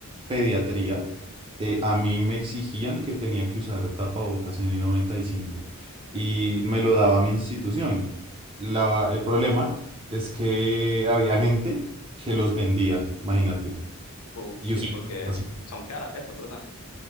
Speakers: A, on the right; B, on the left.
A: pediatría, eh, a mí me exigían que tenía que usar tapabocas n noventa y cinco y me lo daba mi institución. La- el problema es que había gente que los vendía, imagínate.
B: Uh, sí,
A: Y us-
B: porque
A: Y así-
B: son caras esas, ¿verdad?